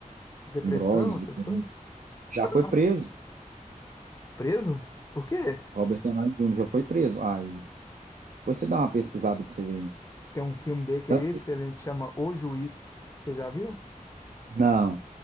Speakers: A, on the left (about 25°); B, on the right (about 70°).
A: Depressão,
B: Com droga, ele
A: essas
B: pelo
A: coisas?
B: menos, já foi
A: Ah.
B: preso.
A: Preso? Por quê?
B: Robert Downey Jr. já foi preso. Aí, depois você dá uma pesquisada pra você ver.
A: Tem um filme dele que
B: Tanto,
A: é esse, ele chama O Juiz. Você já viu?
B: não,